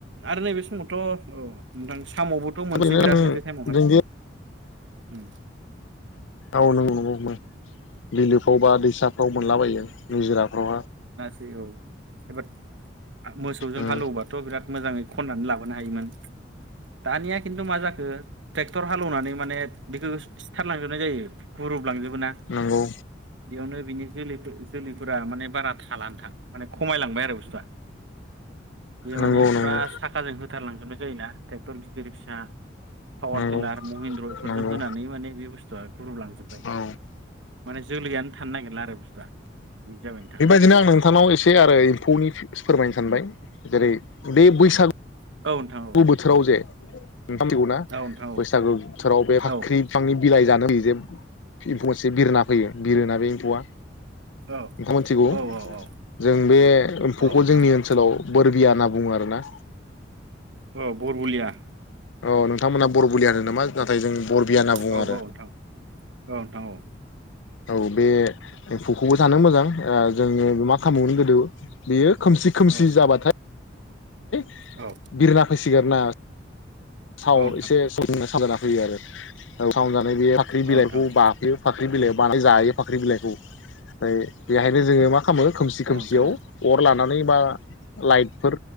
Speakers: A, on the right; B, on the left.
A: आरो नैबे समावथ' औ नोंथां साम'बोथ' मोनसै
B: बेबायदिनो
A: बिरादनो बे टाइमावहाय
B: जोंदि
A: उम।
B: औ नंगौ नंगौ मो बिलोफ्राव बा दैसाफ्राव मोनलाबायो निजिराफ्रावहा
A: दे औ एबार आ मोसौजों
B: उम
A: हालेवबाथ' बिराद मोजाङै खननानै लाबोनो हायोमोन दानिया खिन्थु मा जाखो ट्रेक्टर हाल एवनानै माने बिखो थार लांजोबनाय जायो गुरुब लांजोबो ना
B: नंगौ
A: बेयावनो बिनि जोलि फो जोलैफोरा माने बारा था लानथां माने खमायलांबाय आरो बुस्थुआ। बेयो माने
B: नंगौ
A: फुरा
B: नंगौ
A: साखाजों होथारलांजोबनाय जायोना टेक्टर गिदिर फिसा पावार
B: नंगौ
A: टिलार महिन्द्र बेफोरजों
B: नंगौ
A: होनानै माने बे बुस थुआ ग्रुबलांजोब्बाय
B: औ
A: माने जोलैयानो थानो नागिरला आरो बुस्थुआ। बिदि जाबाय
B: बेबायदिनो आं नोंथांनाव एसे आरो एम्फौनि फोरमायनो सानबाय जेरै बै बैसागु
A: नोंथां
B: गु बोथोराव
A: औ
B: जे <inaudible> गौना
A: नोंथां औ नोंथां औ
B: बैसागु बोथोराव बे फाख्रि
A: औ
B: बिफांनि बिलाइ जानो फैयो जे एम्फौ मोनसे बिरा फैयो बिरोना बे एम्फौआ
A: औ
B: नोंथां मोनथिगौ
A: औ औ
B: जों बे एम्फौखौ
A: औ नोंथां
B: जोंनि
A: औ
B: ओनसोलाव बोरबिया होनना बुङो आरोना।
A: औ बरबलिया
B: औ नोंथांमोनहा बरबुलिया होनो नामा नाथाय जों बरबिया होनना बुङो
A: औ औ
B: आरो
A: नोंथां औ नोंथां औ।
B: औ बे एम्फौखौबो जानो मोजां ओ जोङो मा खालामोमोन गोदो बेयो खोमसि खोमसि
A: औ
B: जाबाथाय बिरला
A: औ
B: फैसि ना साव
A: नोंथां
B: एसे सनो <unintelligible> <unintelligible> बे फाख्रि
A: औ
B: बिलाइखौ
A: नोंथां औ
B: बा <unintelligible> फाख्रि बिलाइआव बानाय जायो फाख्रि बिलाइखौ ओमफ्राय बेहायनो जोङो मा खालामो। खोमसि
A: औ नोंथां
B: खोमसियाव
A: औ
B: अर लानानै बा लाइटफोर